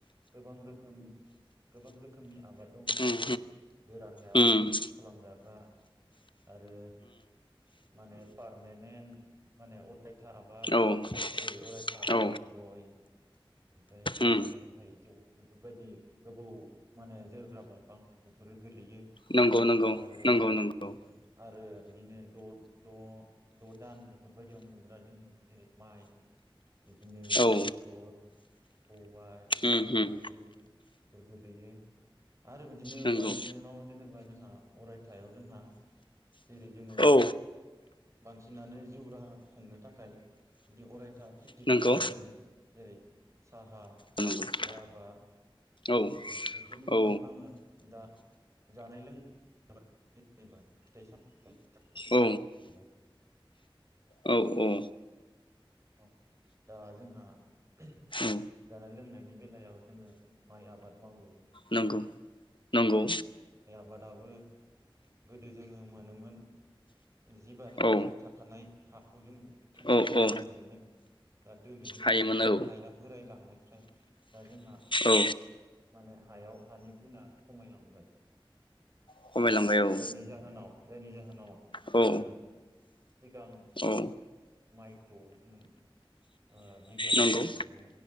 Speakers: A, on the right (about 35°); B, on the left (about 65°).
A: गोबां रोखोम खोम गोबां रोखोमनि आबाद दङ
B: नंगौ उम
A: जेरै गोरान हायाव
B: उम
A: मावजाग्रा आरो माने पारमानेन्ट माने अरायथा आबाद
B: उम
A: जेरै अरायथा आबादाव
B: औ
A: गय ओमफ्राय खान्थाल
B: उम
A: थाइजौ बेफोरबायदि गोबौ माने जोरोग्रा दंफां बेफोरो गोलैयो।
B: नंगौ नंगौ
A: आरो
B: नंगौ
A: ओ
B: नंगौ
A: ओ आरो बिदिनो द द' द' दान बेफोरबायदियाव मोनग्रा जोंङो जेरै माइ बिदिनो
B: औ
A: बेसर सबाय
B: उम उम
A: कखलिं बेफोर गोगलैयो आरो बिदिनो
B: नंगौ
A: पारमेनेन्टआव जेनेबा जोंहा अरायथायाव जोंहा जेरै जोंङो
B: औ
A: बांसिनानो जिउ राहा खुंनो थाखाय बिदि अरायथा खेथि
B: नंगौ
A: खालामनो जोंङो जेरै साहा,
B: नंगौ
A: राबार
B: औ
A: उम बेफोरनि मादाव
B: औ
A: आङो दा जानाय लोंनाय जेनेबा <unintelligible>
B: औ
A: थाबाय
B: औ औ
A: औ दा जोंहा जानाय
B: औ
A: लोंनायनि बेलायाव जोङो माइ आबाद मावो।
B: नंगौ नंगौ
A: बादावो गोदो जोंङो मोनोमोन जि बारि हासार
B: औ
A: थाखानाय हाखौ जोंङो थाम
B: औ
A: थिं खालामनो
B: औ
A: हायोमोन। दा दिनैनि
B: हायोमोन
A: जुगाव
B: औ
A: हाया बोरायलांनाय ओमफ्राय दा जोंहा
B: औ
A: माने हायाव हानि गुना खमायलांबाय।
B: खमायलांबाय
A: दा
B: औ
A: जायनि जाहोनाव जायनि जाहोनाव
B: औ
A: जोङो सिगां
B: औ
A: माइखौ जोंङो ओ बिगायाव
B: नंगौ
A: थामजि